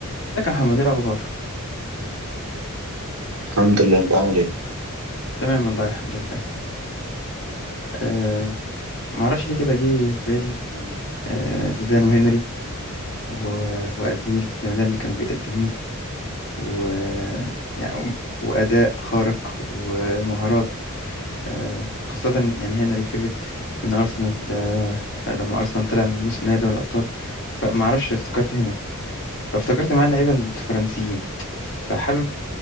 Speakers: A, on the left (about 60°); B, on the right (about 80°).
A: ازيك يا محمد ايه الاخبار
B: الحمد لله انت عامل ايه
A: تمام والله الحمد لله أه ما اعرفش ليه كده جه في بالي أه زيدان وهنري و- وقد ايه الجمدان اللي كانوا بيقدموه و يعني واداء خارق ومهارات أه خاصه يعني هنري فكره ان ارسنال أه لما ارسنال طلع من نص نهائي دوري الابطال فما اعرفش افتكرت هنري فافتكرت معاه اللعيبه الفرنسيين فحابب